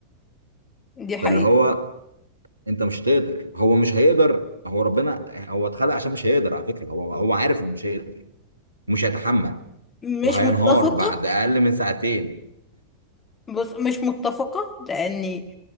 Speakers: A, on the left; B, on the right.
A: دي حقيقة
B: فاللي هو أنت مش هتقدر هو مش هيقدر هو ربنا هو اتخلق عشان مش هيقدر على فكرة هو هو عارف إنه مش هيقدر مش هيتحمل
A: مش
B: وهينهار
A: متفقة
B: بعد أقل من ساعتين
A: بص مش متفقة لاني